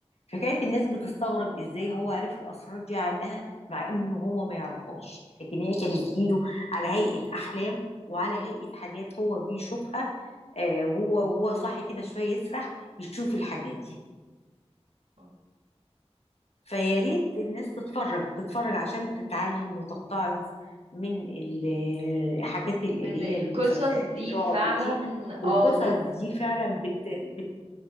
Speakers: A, on the left; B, on the right.
A: فكانت الناس بتستغرب ازاي هو عرف الاسرار دي عنها مع انه هو ما يعرفهاش لكن
B: م-
A: هي كانت بتجيله على هيئة احلام وعلى هيئة حاجات هو بيشوفها آه، وهو وهو صاحي كده شوية يسرح يشوف الحاجات دي
B: م.
A: فيا ريت الناس تتفرج تتفرج عشان تتعلم وتتعظ من ال- الحاجات ال- اللي
B: من القصص
A: هي المسلسلات
B: دي
A: الرعب
B: فعلا
A: دي والقصص
B: اه بت
A: دي فعلا بت بت